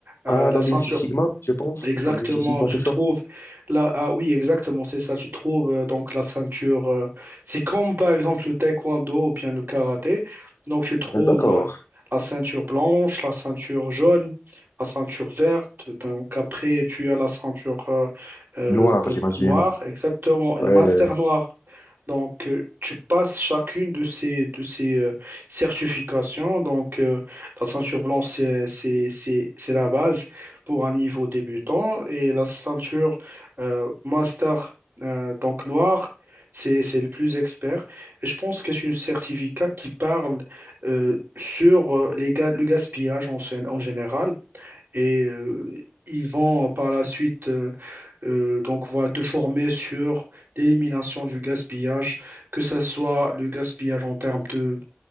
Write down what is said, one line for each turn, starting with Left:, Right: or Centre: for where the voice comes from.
Right: euh,
Left: Ah,
Right: la
Left: la
Right: ceinture
Left: ligne Six Sigma, je pense.
Right: Exactement,
Left: La ligne Six Sigma,
Right: tu
Left: c'est ça.
Right: trouves là, ah oui, exactement, c'est ça, tu trouves euh, donc la ceinture, euh, c'est comme par exemple le taekwondo ou bien le karaté, donc tu trouves
Left: Ah, d'accord.
Right: euh, la ceinture blanche, la ceinture jaune, la ceinture verte, donc après tu as la ceinture euh, euh,
Left: Noir,
Right: donc
Left: j'imagine.
Right: noire, exactement, et
Left: Ouais,
Right: le master noir. Donc, euh, tu passes chacune de ces, de ces euh, certifications. Donc, euh, la ceinture blanche, c'est, c'est, c'est- c'est la base pour un niveau débutant. Et la ceinture euh, master, euh, donc noire, c'est, c'est le plus expert. Et je pense que c'est un certificat qui parle euh, sur euh, les ga- le gaspillage en, gén- en général. Et euh, ils vont par la suite. euh, euh, donc, voilà, te former sur l'élimination du gaspillage, que ce soit le gaspillage en termes de,